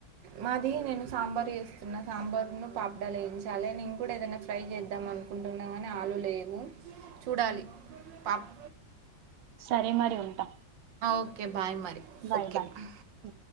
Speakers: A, on the right; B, on the right.
A: మాది నేను సాంబార్ ఏస్తున్నా సాంబార్ ను పాప్డాలు వేయించాలి నేను కూడా ఏదైనా ఫ్రై చేద్దాం అను కుంటున్నా కాని ఆలు లేవు చూడాలి పాప్
B: సరే మరి ఉంటా
A: ఓకే బాయ్ మరి
B: బాయ్
A: ఓకే
B: బాయ్ ఉ